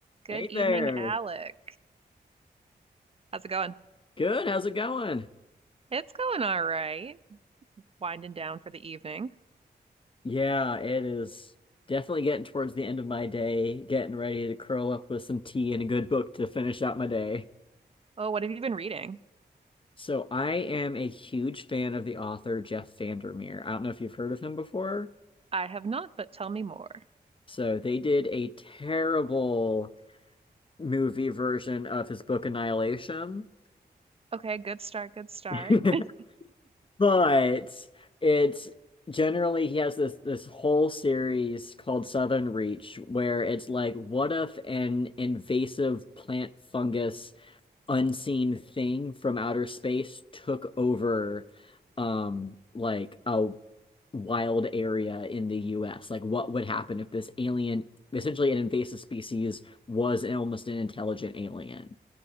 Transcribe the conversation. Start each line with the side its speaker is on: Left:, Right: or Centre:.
Right: Good
Left: Hey
Right: evening,
Left: there.
Right: Alec. How's it going?
Left: Good. How's it going?
Right: It's going all right. Winding down for the evening.
Left: Yeah, it is definitely getting towards the end of my day, getting ready to curl up with some tea and a good book to finish out my day.
Right: Oh, what have you been reading?
Left: So I am a huge fan of the author Jeff Vandermeer. I don't know if you've heard of him before.
Right: I have not, but tell me more.
Left: So they did a terrible movie version of his book Annihilation.
Right: Okay, good start, good start.
Left: <laughs>
Right: <laughs>
Left: But it's generally he has this this whole series called Southern Reach where it's like, what if an invasive plant fungus unseen thing from outer space took over um like a wild area in the US? Like what would happen if this alien essentially an invasive species was an, almost an intelligent alien?